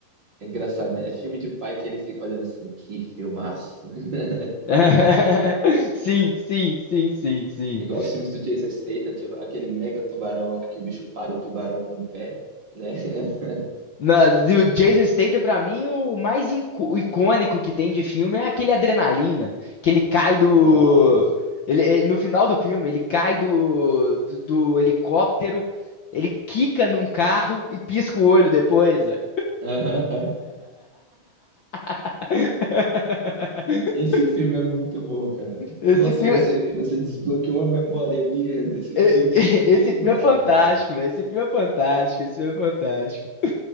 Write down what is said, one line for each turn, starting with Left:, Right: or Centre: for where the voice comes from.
Right: É engraçado, né? É filme de pai que ele fica olhando assim, que filmaço. <laughs>
Left: <laughs> Sim, sim, sim, sim, sim.
Right: Igual os filmes do Jason Statham, tipo, aquele mega tubarão lá que o bicho para o tubarão com o pé, né? <laughs>
Left: Na, do Jason Statham, pra mim, o mais inco- icônico que tem de filme é aquele Adrenalina, que ele cai do...
Right: Nossa.
Left: Ele, eh, no final do filme, ele cai do, do, do helicóptero, ele quica num carro e pisca o olho depois. velho.
Right: Aham, aham.
Left: <laughs>
Right: Esse filme é muito bom, cara.
Left: Esse
Right: Nossa,
Left: filme,
Right: você, você desbloqueou a memória minha desse
Left: eh,
Right: filme
Left: <laughs> eh,
Right: que eu nem
Left: esse
Right: lembrava,
Left: filme é fantástico,
Right: cara.
Left: velho. Esse filme é fantástico, esse filme é fantástico.